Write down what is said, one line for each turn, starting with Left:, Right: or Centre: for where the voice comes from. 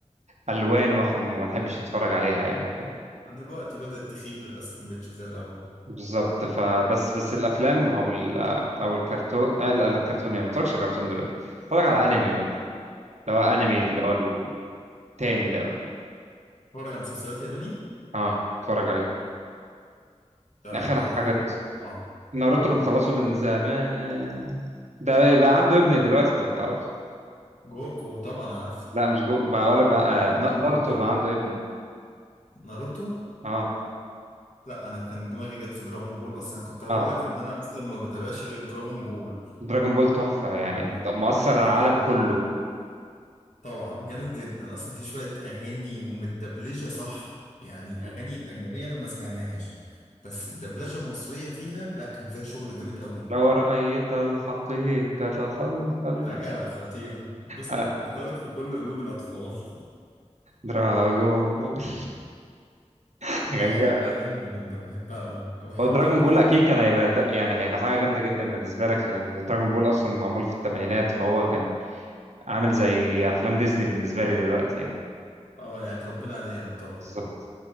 Right: الوان واحنا ما بنحبش نتفرج عليها يعني
Left: دلوقتي بدأت تخيب للاسف ما بقتش زي الاول
Right: بالظبط فبس بس الافلام او ال او الكرتون آه، لا الكرتون يعني ما بتفرجش كرتون دلوقتي اتفرج على انمي بقى اللي هو انمي اللي هو التاني ده بقى
Left: اتفرج على مسلسلات ياباني
Right: اه اتفرج عليه
Left: تعرف
Right: اخر
Left: بقى ناروتو
Right: حاجه
Left: طبعا
Right: ناروتو انا مخلصه من زمان ده بقى عنده ابن دلوقتي انت ما تعرفش
Left: جوكو طبعا عارف
Right: لا مش جو بقول لك بقى آه،
Left: جوكان
Right: نا- ناروتو
Left: كمان
Right: بقى عنده ابن
Left: ناروتو
Right: اه
Left: لا انا كان دماغي جت في دراغون بول اصلا كنت هقول
Right: اه
Left: لك ان انا اصلا ما بتابعش غير دراغون بول
Right: دراجون بول تحفه يعني
Left: يعني
Right: مؤثر
Left: ده الوحيد اللي
Right: على
Left: كنت
Right: العالم
Left: بحبه
Right: كله
Left: طبعا جامد جدا اصلا في شويه اغاني ومتدبلجه صح يعني الاغاني
Right: مم.
Left: الاجنبيه انا ما سمعناهاش بس الدبلجه المصريه فيها لا كان فيها شغل جامد قوي
Right: لو رأيت الحقيقة خلف الم...
Left: حاجه خطيره بص
Right: آه.
Left: اتأثرت في كل قلوب الاطفال <laughs>
Right: دراغون بول <laughs> <laughs> كان
Left: اه
Right: جامد
Left: لا جامده جامده بحبها قوي وبحب
Right: هو دراجون بول
Left: طريقه
Right: اكيد كان هيبقى ذ- يعني هيبقى حاجه جامده جدا بالنسبه لك لان دراجون بول اصلا معمول في الثمانينات فهو كان عامل زي افلام ديزني بالنسبه لي دلوقتي يعني
Left: اه يعني اتربينا عليها يعتبر
Right: بالظبط